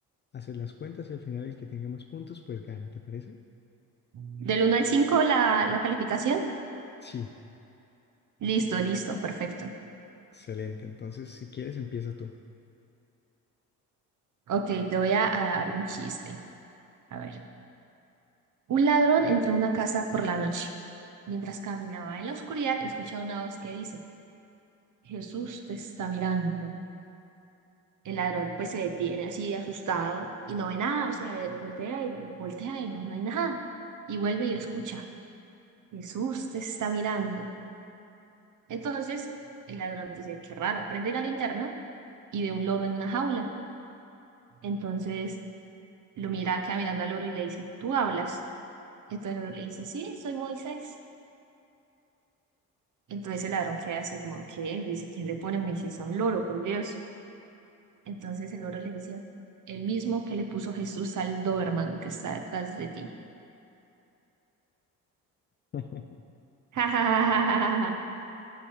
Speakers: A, on the left; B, on the right.
A: Haces las cuentas y al final el que tenga más puntos, pues gana, ¿te parece?
B: Del uno al 5 la, la calificación.
A: Sí,
B: Listo, listo, perfecto.
A: excelente. Entonces, si quieres, empieza tú.
B: Ok, te voy a, a dar un chiste. A ver. Un ladrón entra a una casa por la noche. Mientras caminaba en la oscuridad, escucha una voz que dice, Jesús te está mirando. El ladrón pues se detiene así asustado y no ve nada, o sea, voltea y voltea y no, no hay nada. Y vuelve y escucha, Jesús te está mirando. Entonces el ladrón dice, qué raro, prende la linterna y ve un loro en una jaula. Entonces lo mira, queda mirando al loro y le dice, ¿tú hablas? Entonces el loro le dice, sí, soy Moisés. Entonces el ladrón queda así como, ¿qué? Dice, ¿quién le pone Moisés a un loro, por Dios? Entonces el loro le dice, el mismo que le puso Jesús al Doberman que está detrás de ti.
A: <laughs>
B: Jajajajaja.